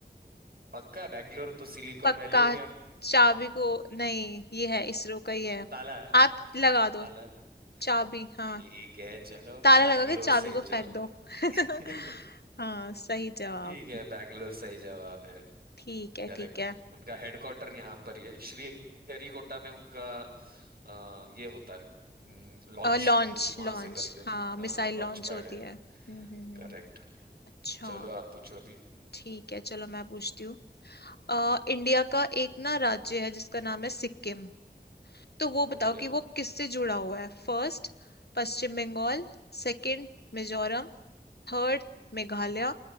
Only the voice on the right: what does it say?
पक्का बेंगलुरु तो सिलिकॉन
वैली हो गया
ताला
ताला लग
ठीक है चलो
बेंगलोर
सही
जवाब
<laughs>
ठीक है बेंगलोर सही जवाब है
करेक्ट
उनका हेडक्वार्टर यहाँ पर ही है श्री हरिकोटा में उनका अ, ये होता है लॉन्च
कुछ वहां
से करते
हाँ
लॉन्च
पैड
है
करेक्ट
चलो आप पूछो अभी
ओके